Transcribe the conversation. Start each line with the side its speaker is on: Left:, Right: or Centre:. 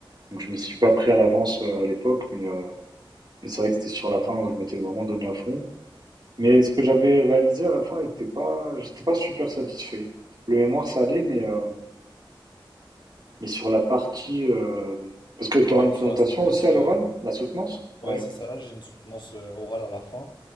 Right: Donc, je m'y suis pas
Left: Exactement.
Right: pris à l'avance euh, à l'époque, mais, euh, mais c'est vrai que c'était sur
Left: Ouais,
Right: la fin où
Left: ouais.
Right: je m'étais vraiment donné à fond. Mais ce que j'avais réalisé à la fin était pas, j'étais pas super satisfait. Le mémoire, ça allait, mais euh, Mais sur la partie, heu, parce que tu
Left: Ouais,
Right: auras une présentation
Left: sur la soutenance
Right: aussi à l'oral? La soutenance?
Left: Ouais,
Right: Ouais.
Left: c'est ça, j'ai une soutenance euh, orale à la fin,